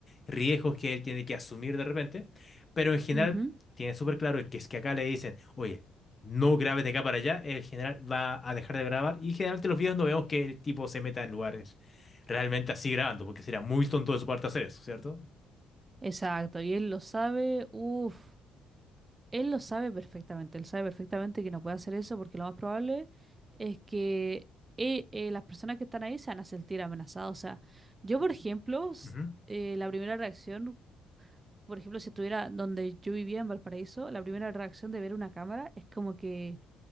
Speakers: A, on the left; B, on the right.
A: riesgos que él tiene que asumir de repente, pero en general
B: Ujú.
A: tiene súper claro que es que acá le dicen, oye, no grabes de acá para allá, el general va a dejar de grabar y generalmente los videos no vemos que el tipo se meta en lugares realmente así grabando porque sería muy tonto de su parte hacer eso, ¿cierto?
B: Exacto. Y él lo sabe, uff, él lo sabe perfectamente, él sabe perfectamente que no puede hacer eso porque lo más probable es que eh, eh, las personas que están ahí se van a sentir amenazadas. O sea, yo, por ejemplo, s-
A: Ujú.
B: eh, la primera reacción, por ejemplo, si estuviera donde yo vivía en Valparaíso, la primera reacción de ver una cámara es como que